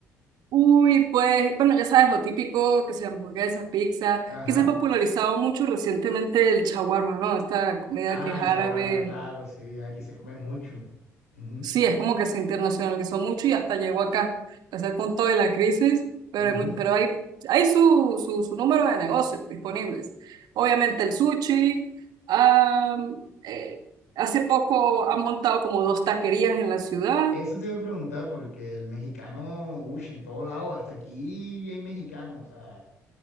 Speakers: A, on the right; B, on the left.
A: Uy, pues, bueno, ya sabes, lo típico, que sea hamburguesa, pizza,
B: Ajá.
A: que se ha popularizado mucho recientemente el shawarma, ¿no? Esta comida
B: Ah,
A: que es
B: el
A: árabe,
B: shawarma, claro, sí, aquí se come mucho. Ujú,
A: Sí, es como que se internacionalizó mucho y hasta llegó acá, a ser con toda la crisis, pero
B: ujú.
A: hay, muy- pero hay, hay su, su, su número de negocios disponibles. Obviamente el sushi, am, eh, hace poco han montado como dos taquerías en la ciudad.
B: Eso te iba a preguntar porque el mexicano, uy, en todo lado, hasta aquí hay mexicanos. O sea,